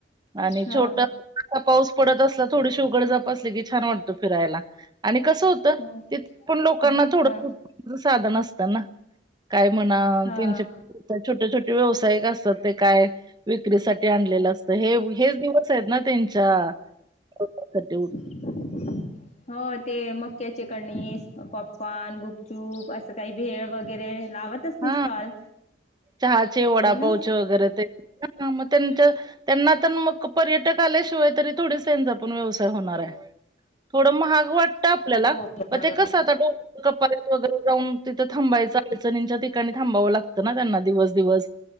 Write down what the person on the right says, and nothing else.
आणि
छोट आता पाऊस पडत असला थोडीशी उघडझाप असली की छान वाटत फिरायला आणि कसं होत. तिथे
पण लोकांना
थोडं
उत्पन्नाच साधन असतं ना. काय म्हणा
त्यांचे. त्यात छोटे छोटे व्यावसायिक असतात ते काय विक्रीसाठी आणलेलं असतं हे हेच दिवस. हे दिवस आहेत त्यांच्या उत्पना साठी.
हा
चहाचे वडापावचे
वगैरे ते मग त्यांच त्यांना तर मग पर्यटक आल्याशिवाय तरी थोडीस त्यांचा पण व्यवसाय होणार आहे. थोडं महाग वाटत. तआपल्याला
ते कस आ क वगरे जाऊ तिथं थांबायंचं. ठिकाणी थांबावं लागत दिवस दिवस.